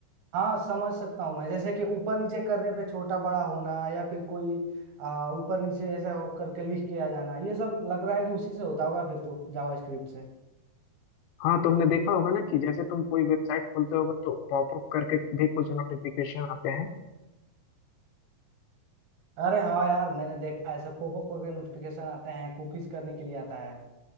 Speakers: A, on the right; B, on the left.
A: हाँ समझ सकता हूँ मैं जैसे कि ऊपर नीचे करने पे छोटा बड़ा होना या फिर कोई आ, ऊपर नीचे ऐसा हो- करके लिख के आ जाना ये सब लग रहा है कि उसी से होता होगा फिर तो जावास्क्रिप्ट से
B: हाँ तुमने देखा होगा ना कि जैसे तुम कोई वेबसाइट खोलते होगे तो पॉपअप करके भी कुछ नोटिफिकेशन आते हैं
A: अरे हाँ यार मैंने देखा है ऐसा पॉपअप करके नोटिफिकेशन आते हैं कुकीज करने के लिए आता है